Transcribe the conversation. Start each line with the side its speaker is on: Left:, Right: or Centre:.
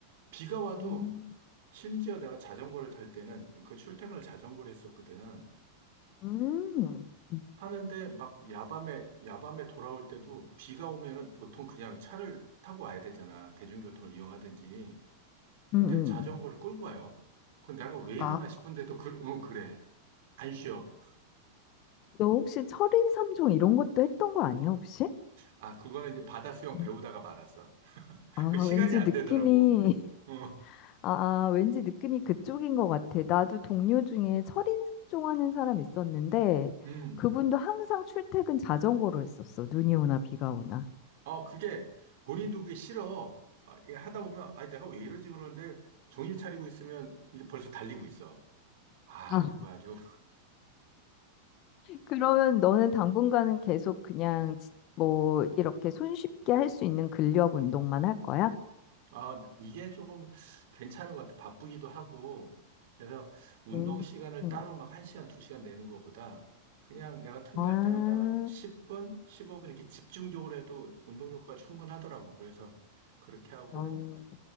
Right: 비가 와도
Left: 음.
Right: 심지어 내가 자전거를 탈 때는 그 출퇴근을 자전거를 했었거든.
Left: 음, 음.
Right: 하는데 막 야밤에, 야밤에 돌아올 때도 비가 오면은 보통 그냥 차를 타고 와야 되잖아. 대중교통을 이용하든지. 근데
Left: 음, 음.
Right: 자전거를 끌고 와요. 그 내가 왜 이러나
Left: 아,
Right: 싶은데도 그, 응, 그래. 안 쉬어.
Left: 너 혹시 철인 삼종 이런 것도 했던 거 아니야, 혹시?
Right: 아, 그거는 이제 바다 수영
Left: 음.
Right: 배우다가 말았어. <laughs>
Left: 아,
Right: 그 시간이
Left: 왠지
Right: 안
Left: 느낌이
Right: 되더라고. 어,
Left: 아, 아, 왠지 느낌이 그쪽인 것 같아. 나도 동료 중에 철인삼종 하는 사람 있었는데,
Right: 음.
Left: 그분도 항상 출퇴근 자전거로 했었어. 눈이 오나 비가 오나.
Right: 어, 그게 본인도 그게 싫어. 아, 이게 하다 보면 아, 내가 왜 이러지 그러는데 정신 차리고 있으면 이게 벌써 달리고 있어. 아,
Left: 아,
Right: 그거 아주
Left: 그러면 너는 당분간은 계속 그냥 지- 뭐 이렇게 손쉽게 할 수 있는 근력 운동만 할 거야?
Right: 아, 나- 이게 조금 괜찮은 것 같아. 바쁘기도 하고. 그래서 운동
Left: 음,
Right: 시간을
Left: 음,
Right: 따로 막 1시간, 2시간 내는 것보다 그냥 내가 틈날
Left: 아,
Right: 때마다 10분, 15분 이렇게 집중적으로 해도 운동 효과가 충분하더라고. 그래서 그렇게 하고
Left: 난,